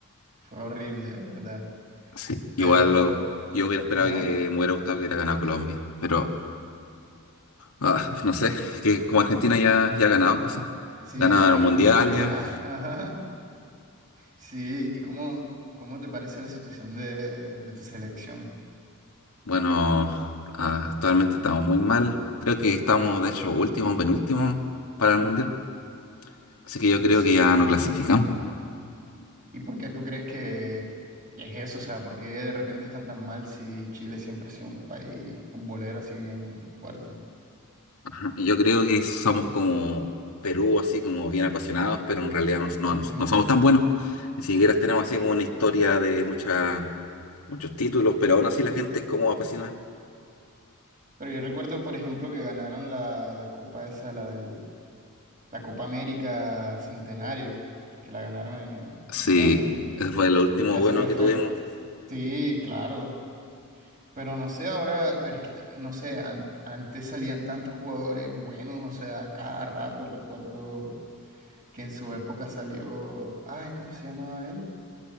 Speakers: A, on the right; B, on the left.
A: fue horrible, de verdad.
B: Sí,
A: Pero,
B: igual lo- yo hubiera esperado
A: ajá,
B: que me hubiera gustado que hubiera ganado Colombia, pero ah, no sé, que como Argentina ya, ya ha ganado cosas.
A: sí,
B: Ganaron
A: ya ganamos
B: Mundial
A: mucho,
B: ya,
A: ya. <laughs> ajá. Sí, ¿y cómo, cómo te parece la situación de, de tu selección?
B: Bueno, actualmente estamos muy mal. Creo que estamos, de hecho, último, penúltimo para el Mundial. Así que yo creo
A: Sí.
B: que ya no clasificamos.
A: ¿Y por qué tú crees que, que es eso? O sea, ¿por qué de repente están tan mal si Chile siempre ha sido un país futbolero así bien fuerte?
B: Ajá, Yo creo que somos como Perú, así como bien apasionados, pero en realidad no, no,
A: Ujú.
B: no- no somos tan buenos. Ni siquiera tenemos así como una historia de mucha- muchos títulos, pero aún así la gente es como apasionada.
A: Pero yo recuerdo, por ejemplo, que ganaron la, la copa esa, la del, la Copa América Centenario, que la ganaron en, en-
B: Sí,
A: en Estados Unidos.
B: ese fue lo último
A: Ese
B: bueno
A: re- fue,
B: que tuvimos,
A: sí, claro. Pero no sé ahora, pero es que, t- no sé, an- antes salían tantos jugadores buenos, o sea, a cada rato recuerdo que en su época salió, ay, ¿cómo se llamaba él?